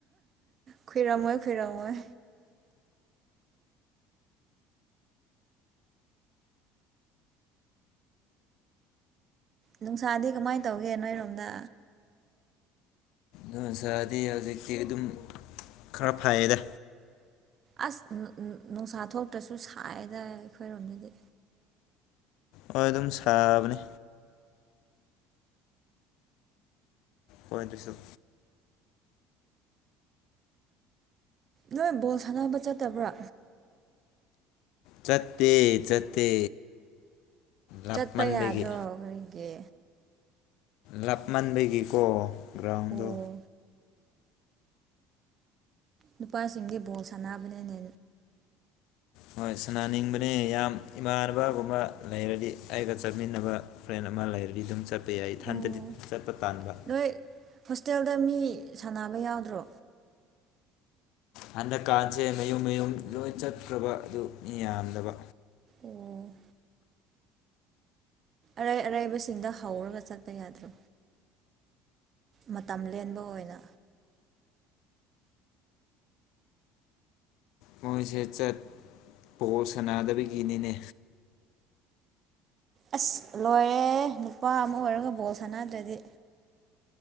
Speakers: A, on the right; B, on the left.
A: ꯈꯨꯏꯔꯝꯃꯣꯏ ꯈꯨꯏꯔꯝꯃꯣꯏ ꯅꯨꯡꯁꯥꯗꯤ ꯀꯃꯥꯏ ꯇꯧꯒꯦ ꯅꯣꯏꯔꯣꯝꯗ
B: ꯅꯨꯡꯁꯥꯗꯤ ꯍꯧꯖꯤꯛꯇꯤ ꯑꯗꯨꯝ ꯈꯔ ꯐꯩꯌꯦꯗ
A: ꯑꯁ ꯅꯨꯡꯁꯥ ꯊꯣꯛꯇ꯭ꯔꯁꯨ ꯁꯥꯏꯗ ꯑꯩꯈꯣꯏꯔꯣꯝꯗꯗꯤ
B: ꯍꯣꯏ ꯑꯗꯨꯝ ꯁꯥꯕꯅꯤ ꯍꯣꯏ ꯑꯗꯨꯁꯨ
A: ꯅꯣꯏ ꯕꯣꯜ ꯁꯥꯟꯅꯕ ꯆꯠꯇꯕ꯭ꯔꯥ
B: ꯆꯠꯇꯦ ꯆꯠꯇꯦ ꯂꯥꯞꯃꯟꯕꯒꯤ
A: ꯆꯠꯄ ꯌꯥꯗ꯭ꯔꯣ ꯀꯔꯤꯒꯤ
B: ꯂꯥꯞꯃꯟꯕꯒꯤꯀꯣ ꯒ꯭ꯔꯥꯎꯟꯗꯣ
A: ꯑꯣ ꯅꯨꯄꯥꯁꯤꯡꯗꯤ ꯕꯣꯜ ꯁꯥꯟꯅꯕꯅꯤꯅꯦ
B: ꯍꯣꯏ ꯁꯅꯥꯅꯤꯡꯕꯅꯤ ꯌꯥꯝ ꯏꯃꯥꯟꯅꯕꯒꯨꯝꯕ ꯂꯩꯔꯗꯤ ꯑꯩꯒ ꯆꯠꯃꯤꯟꯅꯕ ꯐ꯭ꯔꯦꯟ ꯑꯃ ꯂꯩꯔꯗꯤ ꯑꯗꯨꯝ ꯆꯠꯄ ꯌꯥꯏ ꯏꯊꯟꯇꯗꯤ
A: ꯑꯣ
B: ꯆꯠꯄ ꯇꯥꯟꯕ
A: ꯅꯣꯏ ꯍꯣꯁꯇꯦꯜꯗ ꯃꯤ ꯁꯥꯟꯅꯕ ꯌꯥꯎꯗ꯭ꯔꯣ
B: ꯍꯟꯗꯛꯀꯥꯟꯁꯦ ꯃꯌꯨꯝ ꯃꯌꯨꯝ ꯂꯣꯏ ꯆꯠꯈ꯭ꯔꯕ ꯑꯗꯨ ꯃꯤ ꯌꯥꯝꯗꯕ
A: ꯑ‌ꯣ ꯑꯔꯩ ꯑꯔꯩꯕꯁꯤꯡꯗ ꯍꯧꯔꯒ ꯆꯠꯄ ꯌꯥꯗ꯭ꯔꯣ ꯃꯇꯝ ꯂꯦꯟꯕ ꯑꯣꯏꯅ
B: ꯃꯣꯏꯁꯦ ꯆꯠ ꯕ‌ꯣꯜ ꯁꯥꯟꯅꯗꯕꯒꯤꯅꯤꯅꯦ
A: ꯑꯁ ꯂꯣꯏꯔꯦ ꯅꯨꯄꯥ ꯑꯃ ꯑꯣꯏꯔꯒ ꯕꯣꯜ ꯁꯥꯟꯅꯗ꯭ꯔꯗꯤ